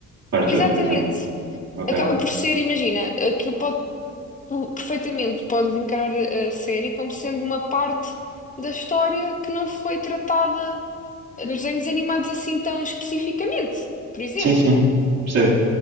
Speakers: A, on the right (about 55°); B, on the left (about 25°).
A: cartoon,
B: Exatamente.
A: por exemplo. Ok.
B: acaba por ser, imagina, aquilo pode perfeitamente pode encarar a a série como sendo uma parte da história que não foi tratada nos desenhos animados assim tão especificamente, por exemplo,
A: Sim, sim. Percebo.